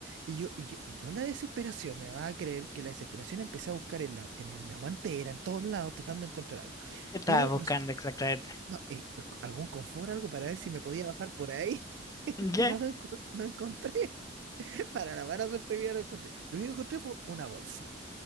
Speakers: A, on the right (about 65°); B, on the left (about 20°).
A: y yo, y yo, y yo la desesperación, me va a creer que la desesperación empecé a buscar en la, en, el- la guantera, en todos lados, tratando de encontrar algo.
B: ¿Qué estabas
A: Pero
B: buscando
A: no sé,
B: exactamente?
A: no, eh, eh, algún confort, algo para ver si me podía bajar por ahí, <laughs>
B: Ya,
A: pero no, enco- no encontré. <laughs> Para la mala suerte mía no encontré. Lo único que encontré fue una bolsa.